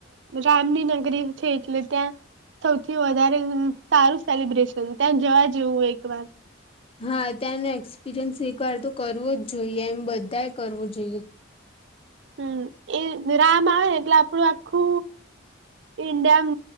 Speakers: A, on the right; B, on the left.
A: રામની નગરી છે. એટલે ત્યા સૌથી વધારે સારું સેલિબ્રેશન, ત્યાં જવા જેવુ, હો એક વાર
B: હા ત્યાંનો એક્સપિરિયન્સ એક વાર તો કરવો જ જોઈએ. એમ બધા કરવું જોઈએ.
A: હમ એ રામ આવે એટલે આપડું આખુ ઈન્ડિયામ